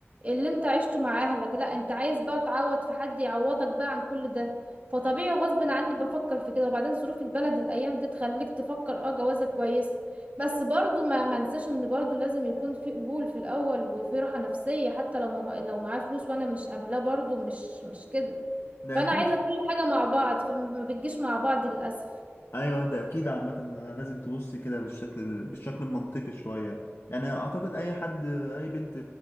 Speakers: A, on the right; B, on the left.
A: اللي انت عشته مع اهلك لا انت عايز بقى تعوض في حد يعوضك بقى عن كل ده فطبيعي غصب عني بفكر في كده وبعدين ظروف البلد الايام دي تخليك تفكر اه جوازة كويس بس برضو ما منساش ان برضو لازم يكون في قبول في الاول وفي راحة نفسية حتى لو ما لو معاه فلوس وانا مش قابلاه برضو مش مش كده
B: ده
A: فانا
B: اكيد
A: عايزة كل حاجة مع بعض فما ما بتجيش مع بعض للاسف
B: ايوه ده اكيد عامة أنا لازم تبص كده بالشكل بالشكل المنطقي شوية يعني اعتقد اي حد اي بنت